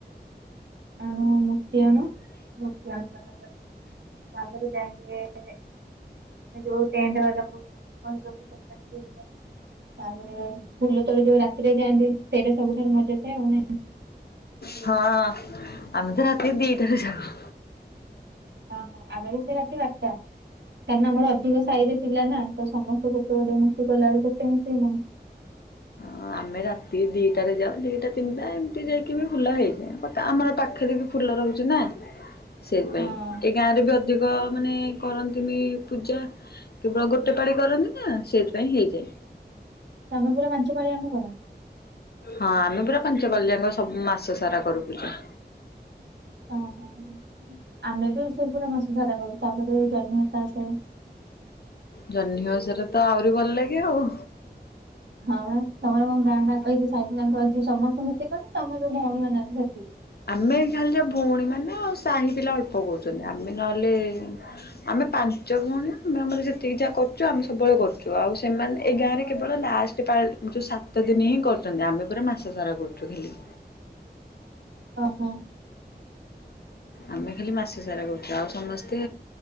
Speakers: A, on the right; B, on the left.
A: ଆଣୁ ମୂର୍ତ୍ତି ଆଣୁ ମୂର୍ତ୍ତି ଆଣିୁ ସାରିଲା ପରେ ତାପରେ ଯାଇକି ଯୋଉ ଟଣ୍ଟେ ବାଲା <unintelligible> ତାପରେ ଫୁଲ ତୋଳେ ଯୋଉ ରାତିରେ ଯାଆନ୍ତି ସେଇଟା ସବୁଠାରୁ ମଜା ଥାଏ ଆଉ ନାଇଁ।
B: ହଁ ଆମେ ତ ରାତି ଦିଟାରୁ ଯାଉ।
A: ହଁ ହଁ ଆମେବି ସେ ରାତି ବାରଟା କାରଣ ଆମର ଅଧିକ ସାଇରେ। ଥିଲା ନା ତ ସମସ୍ତେ ଗୋଟେ ଗୋଟେ ମୃତ୍ତୀ କଲାବେଳେକୁ କେତେ ମୃତ୍ତୀ।
B: ହଁ ଆମେ ରାତି ଦିଟାରେ ଯାଉ ଦିଟା ତିନିଟା ଏମିତି ଯାଇକି ବି ଫୁଲ ହେଇଯାଏ। ଆମର ପାଖରେ ବି ଫୁଲ ରହୁଛି ନା।
A: <inaudible>
B: ସେଇଥିପାଇଁ
A: ହଁ
B: ଏ ଗାଁରେ ବି ଅଧିକ ମାନେ କରନ୍ତିନି ପୂଜା। କେବଳ ଗୋଟେ ପାଳି କରନ୍ତି ନା, ସେଇଥିପାଇଁ ହେଇଯାଏ।
A: ତମେ ପୁରା ପାଳିଆଙ୍କ କର
B: ହଁ ଆମେ ପୁରା ପାଞ୍ଚ ପାଳି ଯାକ ସବୁ ମାସ ସାରା କରୁ ପୂଜା।
A: ଓହୋ, ଆମେ ବି ସେ ପୁରା ମାସ ସାରା କରୁ, ତାପରେ ଜହ୍ନି ମାସ ଆ‍ସେ। ‌‌‍‌
B: ଜହ୍ନିିଓସାରେ ତ ଆହୁରି ଭଲ ଲାଗେ ଆଉ।
A: ହଁ ପା ତମର ମୋ ଗାଁ ଅଛି ସା ତାଙ୍କ ଅଛି ସମସ୍ତେ ମିତି କ ତମର ଯୋ ଭଉଣି ମାନଙ୍କ ସେତିକି।
B: ଆମେ ଖାଲିଛ ଭଉଣୀ ମାନେ ଆଉ ସାହି ପିଲା ଅଳ୍ପ କରୁଛନ୍ତି ଆମେ ନହେଲେ ଆମେ ପାଞ୍ଚ ଭଉଣୀ ଆମେ ଆମ ଯେତିକି ଯାହା କରୁଛୁ ଆମେ ସବୁବେଳେ କରୁଛୁ ଆଉ ସେମାନେ ଏଇ ଗାଁରେ କେବଳ ଲାଷ୍ଟ। ଳ ଯୋଉ ସାତ ଦିନ ହିଁ କରୁଛନ୍ତି, ଆମେ ପୁରା ମାସ ସାରା କରୁଛୁ ଖାଲି।
A: ଓହୋ।
B: ଆମେ ଖାଲି ମାସେ ସାରା କରୁଛୁ ଆଉ ସମସ୍ତେ